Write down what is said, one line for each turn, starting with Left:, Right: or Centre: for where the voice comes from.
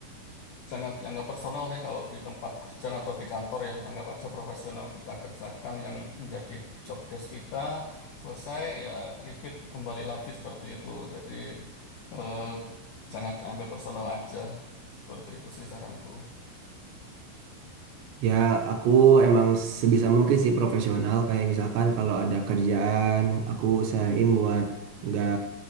Left: jangan dianggap personal deh kalau di tempat kerja atau di kantor ya. Anggap aja profesional kita kerjakan yang menjadi job desk kita. Selesai ya repeat kembali lagi seperti itu. Jadi eh, jangan diambil personal aja. Seperti itu sih saranku.
Right: Ya, aku emang sebisa mungkin sih profesional. Kayak misalkan kalau ada kerjaan, aku usahain buat nggak